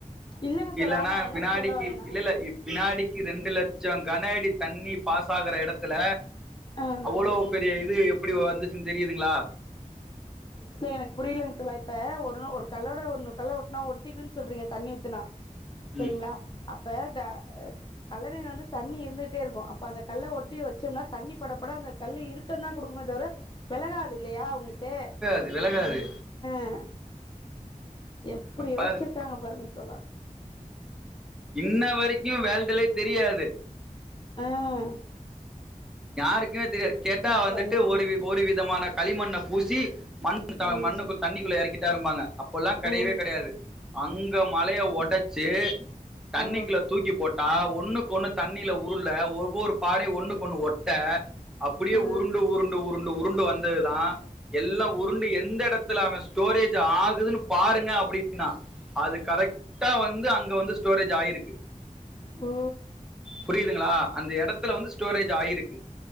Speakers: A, on the left; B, in the centre.
A: இல்லங்க தோழா
B: இல்லன்னா
A: நா என்ன
B: வினாடிக்கி
A: சொல்ல வரேன்னா
B: இல்லல்ல வினாடி கி ரெண்டு லட்சோ கன அடி தண்ணி பாஸ் ஆகுற எடத்துல
A: ஆ
B: அவ்ளோ பெரிய இது எப்டி வந்துச்சுன்னு தெரியுதுங்க்ளா
A: இப்ப எனக்கு புரியலைங்க தோழா இப்ப ஒ ரு ஒரு கல்லோட ஒரு கல்ல ஒட்னா ஒட்டிக்குன்னு சொல்றீங்க தண்ணி ஊத்துனா சரிங்களா
B: ம்
A: அப் ப த அ கல்லணைய வந்து தண்ணி இருந்துகுட்டே இருக்கு அப்ப அந்த கல்ல ஒட்டி வச்சோம்னா தண்ணிப் பட பட அந்த கல் இருக்கம்தா குடுக்குமே தவிர வெலகாது இல்லையா உங்களுக்கு
B: து வெளகாது
A: ஓ எப்டி யோச்சிருக்காங்க
B: பாருங்க
A: பாருங்க தோழா
B: இன்ன வரைக்கு வேல்ட்டுலே தெரியாது
A: ஆ ஒ
B: யாருக்குமே தெரியா கேட்டா வந்துட்டு
A: நீங்க
B: ஒரு
A: சொ
B: வி ஒரு விதமான களிமண்ண பூசி மண்
A: ம்
B: மண்ணுக்கு தண்ணிக்குள்ள எறக் கிட்டாரும்பாங்க அப்பல்லா கெடையவே
A: ம்
B: கெடையாது அந் மலைய ஒடச்சு தண்ணிக்குள்ள
A: ஓ
B: தூக்கி போட் டா ஒண்ணுக்கு ஒண்ணு தண்ணில உருள ஒவ்வொரு பாறையு ஒன்னுக்கு ஒண்ணு ஒ ட்ட அப்படியே
A: ஓ
B: உருண்டு உருண்டு உருண் டு உருண்டு வந்ததுதா எல்லா உருண்டு எந்த எடத்துல அவ ஸ்டோரேஜ் ஆகுதுன்னு பாருங்க அப்டின்னா அது கரெக்ட் டா வந்து அங்க வந்து ஸ்டோரேஜ் ஆயிருக்கு
A: ஓ
B: புரியுதுங்ளா அந்த எடத்துல வந்து ஸ்டோரேஜ் ஆயிருக்கு